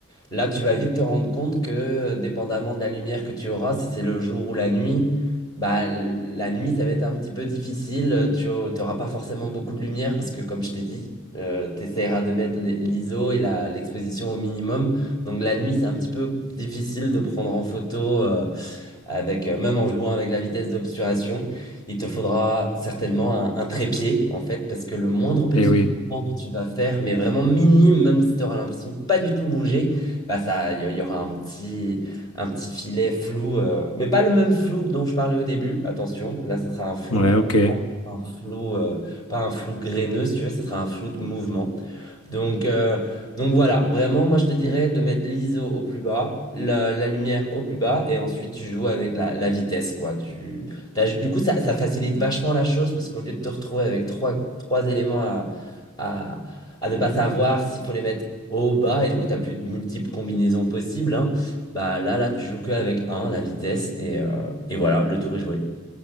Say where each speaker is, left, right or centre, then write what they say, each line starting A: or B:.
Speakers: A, on the left; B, on the left.
A: Là, tu vas vite te rendre compte que, dépendamment de la lumière que tu auras, si c'est le jour ou la nuit, bah, l- la nuit, ça va être un petit peu difficile. euh, Tu n'auras pas forcément beaucoup de lumière parce que, comme je t'ai dit, tu essaieras de mettre l- l'ISO et la- l'exposition au minimum. Donc, la nuit, c'est un petit peu difficile de prendre en photo euh, avec, euh, même en jouant avec la vitesse d'obturation, il te faudra certainement un, un trépied, en fait, parce que le moindre petit
B: Eh oui,
A: mouvement que tu vas faire, mais vraiment minime, même si tu auras l'impression de pas du tout bouger, bah ça, il y, y aura un petit, un petit filet flou, euh, mais pas le même flou dont je parlais au début, attention, là, ce sera un flou
B: ouais,
A: de
B: ok.
A: mouvement, un flou, euh, pas un flou graineux, si tu veux, ce sera un flou de mouvement. Donc, euh, donc voilà, vraiment, moi je te dirais de mettre l'ISO au plus bas, la, la lumière au plus bas, et ensuite tu joues avec la, la vitesse, quoi. Tu, t'as- du coup, ça, ça facilite vachement la chose parce qu'au lieu de te retrouver avec trois, trois éléments à, à, à ne pas savoir s'il faut les mettre haut ou bas, et du coup, tu as plus de multiples combinaisons possibles, hein, bah là, là, tu joues que avec un, la vitesse, et, euh, et voilà, le tour est joué.